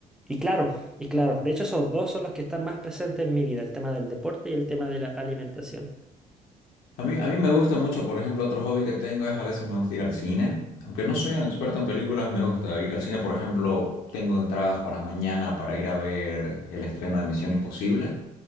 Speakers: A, in the centre; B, on the left (about 85°).
A: y claro, y claro, de hecho esos dos son los que están más presentes en mi vida, el tema del deporte y el tema de la alimentación.
B: A mí, a mí me gusta mucho, por ejemplo, otro hobby que tengo es a veces me gusta ir al cine. Aunque no soy un experto en películas, me gusta ir al cine. Por ejemplo, tengo entradas para mañana para ir a ver el estreno de Misión Imposible.